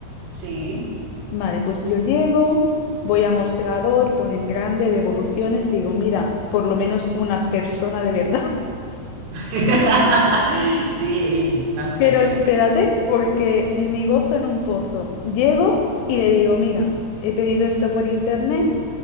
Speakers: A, on the right; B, on the left.
A: Sí.
B: Vale, pues yo llego, voy a mostrador, ponen grande, devoluciones, digo, mira, por lo menos una persona de verdad.
A: <laughs> Sí, ey, tampoco.
B: Pero espérate, porque mi gozo en un pozo. Llego y le digo, mira, he pedido esto por internet,